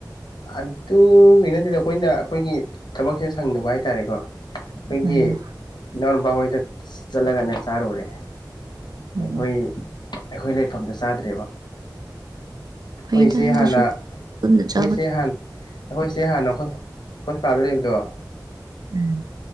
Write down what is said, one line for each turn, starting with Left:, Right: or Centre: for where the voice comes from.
Left: ꯑꯗꯨꯒꯤ ꯅꯠꯇꯗ ꯑꯩꯈꯣꯏꯅ ꯑꯩꯈꯣꯏꯒꯤ ꯊꯕꯛꯁꯤ ꯁꯪꯗꯕ ꯍꯥꯏꯇꯥꯔꯦꯀꯣ ꯑꯩꯈꯣꯏꯒꯤ
Right: ꯎꯝ
Left: <unintelligible> ꯕꯍꯣꯏꯗ ꯆꯠꯂꯒꯅꯦ ꯆꯥꯔꯨꯔꯦ
Right: ꯎꯝ
Left: ꯑꯩꯈꯣꯏ ꯑꯩꯈꯣꯏ ꯂꯩꯐꯝꯗ ꯆꯥꯗ꯭ꯔꯦꯕ ꯑꯩꯈꯣꯏꯁꯦ
Right: ꯐꯩꯗ ꯑꯗꯨꯁꯨ
Left: ꯍꯥꯟꯅ
Right: ꯄꯨꯅ ꯆꯥ
Left: ꯑꯩꯈꯣꯏꯁꯦ ꯍꯥꯟ ꯑꯩꯈꯣꯏꯁꯦ ꯍꯥꯟꯅ ꯑꯩꯈꯣꯏ ꯍꯣꯁꯄꯤꯇꯥꯜꯗ ꯂꯩꯕꯗꯣ
Right: ꯎꯝ